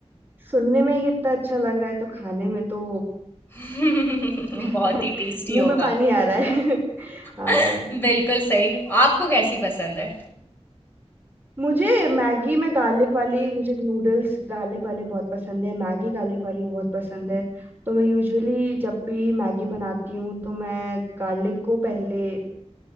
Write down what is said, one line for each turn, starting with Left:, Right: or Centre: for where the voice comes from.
Right: सुनने में ही इतना अच्छा लग रहा है तो खाने में तो
Left: <laughs>
Right: <laughs>
Left: बहुत ही टेस्टी
Right: मुंह
Left: होगा
Right: में पानी आ रहा है <laughs> हाँ
Left: <laughs> बिल्कुल सही आपको कैसी पसंद है
Right: मुझे मैगी में गार्लिक वाली मुझे नूडल्स गार्लिक वाले बहुत पसंद है मैगी गार्लिक वाली बहुत पसंद है तो मैं यूजुअली जब भी मैगी बनाती हूँ तो मैं गार्लिक को पहले